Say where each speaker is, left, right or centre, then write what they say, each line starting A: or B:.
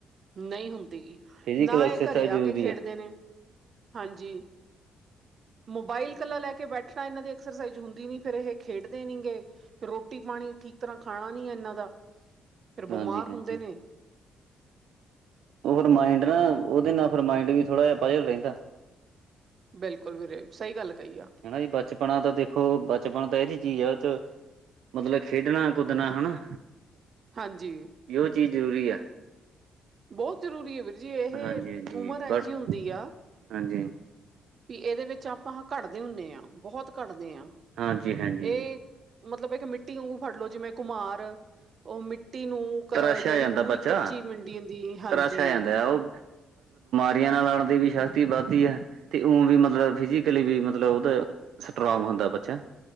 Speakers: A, on the right (about 50°); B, on the right (about 75°).
A: ਨਹੀਂ ਹੁੰਦੀ ਗੀ
B: ਫਿਜ਼ੀਕਲ
A: ਨਾਂ
B: ਐਕਸਰਸਾਈਜ਼
A: ਇਹ ਘਰੇ ਆ
B: ਜ਼ਰੂਰੀ
A: ਕੇ ਖੇਡਦੇ ਨੇ ਹਾਂਜੀ। ਬਾਈਲ ਕੱਲਾ ਲੈ ਕੇ ਬੈਠ ਹੋਏ, ਇਹਨਾਂ ਦੀ ਐਕਸਰਸਾਈਜ਼ ਹੁੰਦੀ ਨੀ ਫੇਰ ਇਹ ਖੇਡਦੇ ਨੀ ਗੇ ਫੇਰ ਰੋਟੀ ਪਾਣੀ ਠੀਕ ਤਰ੍ਹਾਂ ਖਾਣਾ ਨੀ ਇਹਨਾਂ ਦਾ ਫਿਰ
B: ਹਾਂਜੀ
A: ਬਿਮਾਰ
B: ਹਾਂਜੀ।
A: ਹੁੰਦੇ ਨੇ
B: ਉਹ ਫੇਰ ਮਾਇੰਡ ਨਾ ਉਹਦੇ ਨਾਲ ਫੇਰ ਮਾਇੰਡ ਵੀ ਥੋੜਾ ਜਿਹਾ ਪਜਲ ਰਹਿੰਦਾ।
A: ਬਿਲਕੁਲ ਵੀਰੇ ਸਹੀ ਗੱਲ ਕਹੀ ਆ।
B: ਹਨਾ ਜੀ ਬਚਪਨਾ ਤਾਂ ਦੇਖੋ ਬਚਪਨ ਤਾਂ ਇਹ ਜਿਹੀ ਚੀਜ਼ ਚ ਮਤਲਬ ਖੇਡਣਾ, ਕੁੱਦਣਾ ਹਨਾ
A: ਹਾਂਜੀ
B: ਇਹੋ ਚੀਜ਼ ਜ਼ਰੂਰੀ ਆ।
A: ਬੋਤ ਜ਼ਰੂਰੀ ਐ ਵੀਰ ਜੀ ਇਹ
B: ਹਾਂਜੀ-ਹਾਂਜੀ
A: ਉਮਰ ਐ
B: ਬਟ
A: ਜਿਹੀ ਹੁੰਦੀ ਆ
B: ਹਾਂਜੀ,
A: ਵੀ ਇਹਦੇ ਵਿੱਚ ਆਪਾਂ ਕੜਦੇ ਹੁੰਨੇ ਆਂ ਬਹੁਤ ਕੜਦੇ ਆਂ
B: ਹਾਂਜੀ-ਹਾਂਜੀ
A: ਇਹ ਮਤਲਬ ਇੱਕ ਮਿੱਟੀ ਵਾਂਗੂ ਫੜ ਲੋ। ਜਿਵੇਂ- ਘੁਮਾਰ ਓ ਮਿੱਟੀ ਨੂੰ
B: ਤਰਾਸ਼ਿਆ
A: ਅ ਜਿਹੜੀ
B: ਜਾਂਦਾ
A: ਪੂਰੀ
B: ਬੱਚਾ
A: ਕੱਚੀ ਮੰੰਡੀ ਹੁੰਦੀ ਏ। ਹਾਂਜੀ
B: ਤਰ੍ਹਾਂ ਛਾ ਜਾਂਦਾ ਆ ਉਹ <unintelligible> ਨਾਲ ਆਉਣ ਦੀ ਵੀ ਸ਼ਕਤੀ ਵਦਦੀ ਏ। ਤੇ ਊਂ ਵੀ ਮਤਲਬ ਫਿਜੀਕਲੀ ਵੀ ਮਤਲਬ ਉਦਾ ਸਟਰੋਂਗ ਹੁੰਦਾ ਬੱਚਾ।